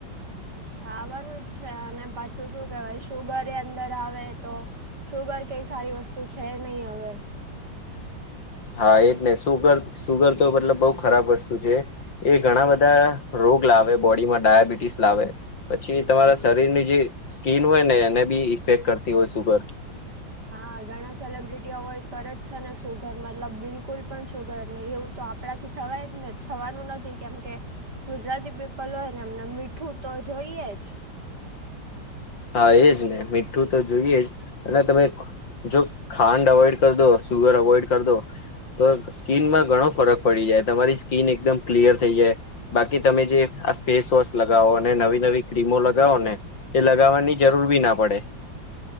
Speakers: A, on the right; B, on the left.
A: થાવાનું જ છે, અને પાછું શું કેહેવાય શુગર એય અંદર આવે તો શુગર કંઈ સારી વસ્તુ છે નહીં હવે.
B: હા એજ ને. સુગર-સુગર તો મતલબ બહું ખરાબ વસ્તુ છે. એ ઘણા
A: હા
B: બધા રોગ લાવે બોડીમાં, ડાયાબિટીસ લાવે, પછી તમારા શરીરની જે સ્કીન હોય ને એને બી ઇફેક્ટ કરતી હોય સુગર.
A: હા, ઘણા સેલિબ્રિટી અવોઈડ કરે જ છે ને શુગર, મતલબ બિલકુલ પણ શુગર નહીં એવું તો આપણા થી થવાય જ ને, થવાનું નથી કેમ કે ગુજરાતી પીપલ હોય ને એમને મીઠું તો જોઈએ જ.
B: હા એજ ને. મીઠું તો જોઈએ જ, અને તમે જો ખાંડ અવોઈડ કર દો, સુગર અવોઇડ કર દો, તો સ્કીનમાં ઘણો ફરક પડી જાય. તમારી સ્કીન એકદમ ક્લિયર થઈ જાય. બાકી તમે જે આ ફેસવોશ લગાવો અને નવી-નવી ક્રીમો લગાવો ને એ લગાવવાની જરૂર બી ના પડે.